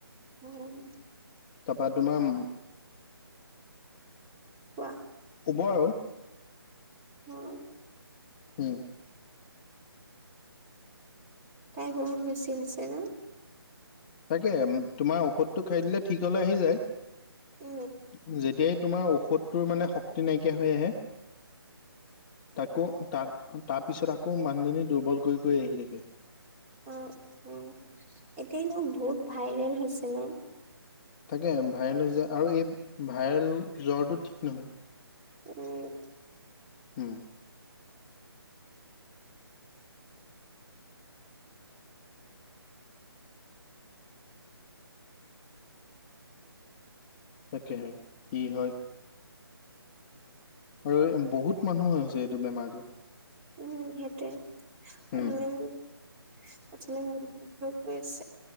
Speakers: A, on the right; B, on the left.
A: উম।
B: তাপা তোমাৰ উম
A: অ'।
B: ক'ব আৰু।
A: অ'।
B: উম।
A: তাইৰ বহুত বেছি হৈছে ন'।
B: তাকে উম তোমাৰ ঔষধটো খাই দিলে ঠিক হ'লে আহি যায়। যেত
A: উম
B: তিয়াই তোমাৰ ঔষধটোৰ মানে শক্তি নাইকিয়া হৈ আহে। তাকো তাক তাৰ পিছত আকৌ মানুহজনী দুৰ্বল কৰি কৰি আহি থাকে।
A: অ', অ', এতিয়াই <unintelligible> বহুত ভাইৰেল হৈছে ন'।
B: তাকে ভাইৰেল হৈছে আৰু এই ভাইৰেল জ্বৰটো ঠিক নহয়।
A: উম
B: উম। তাকেহে, কি হয়। আৰু এই বহুত মানুহ হৈ হৈছে এইটো বেমাৰটো।
A: উম সেটোৱে।
B: উম
A: <unintelligible> কৈ আছে।